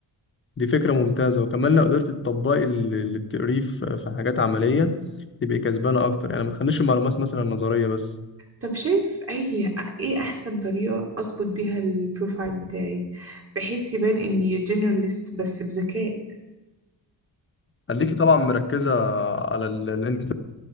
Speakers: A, on the left; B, on the right.
A: دي فكرة ممتازة وكمان لو قدرت تطبقي ال- اللي بتقريه في في حاجات عملية تبقي كسبانة أكتر يعني ما تخليش المعلومات مثلا نظرية بس
B: طب شايف أي إيه أحسن طريقة أظبط بيها البروفايل بتاعي بحيث يبان إني جنراليست بس بذكاء
A: خليكي طبعا مركزة على ال ال